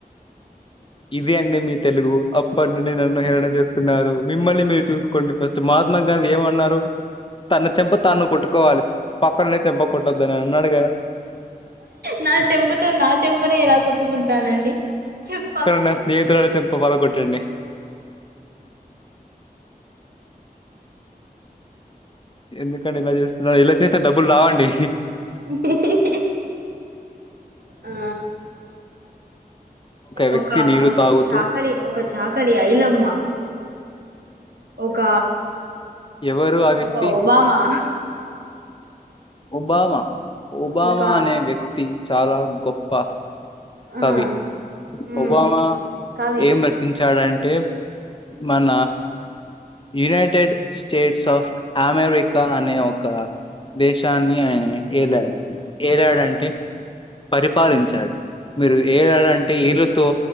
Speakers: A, on the left; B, on the right.
A: ఇదే అండి మీ తెలుగు అప్పటి నుండి నన్ను హేరళన హేళన చేస్తున్నారు మిమ్మల్ని మీరు చూసుకోండి ఫస్ట్ మహాత్మా గాంధీ ఏమన్నారు. తన చెంప తను కొట్టుకోవాలి పక్కననే చెంప కొట్టొద్దని అన్నాడుగా.
B: నా చెంపతో నా చెంపనే ఎలా కొట్టుకుంటానండి చెప్ప.
A: నా స్నేహితురల చంప పగలగొట్టండి ఎందుకండి ఇలా చేస్తున్నారు ఇలా చేస్తే డబ్బులు రావండి.
B: ఇ ఇ ఇ ఆ
A: వ్యక్తి
B: ఒక
A: నీరు తాగుతూ
B: చాకలి. ఒక చాకలి ఐలమ్మ ఒక.
A: ఎవరు ఆ వ్యక్తి
B: ఒక ఒబామా.
A: ఒబామా ఒబామా
B: ఒక
A: అనే వ్యక్తి చాలా గొప్ప. కవి
B: ఆ ఉమ్
A: ఒబామా
B: కవి
A: ఏం రచించాడంటే. మన యునైటెడ్ స్టేట్స్ ఆఫ్. అమెరికా అనే ఒక దేశాన్ని ఆయన ఏలాడు ఏలాడంటే. పరిపాలించాడు. మీరు ఏడంటే ఏళ్లతో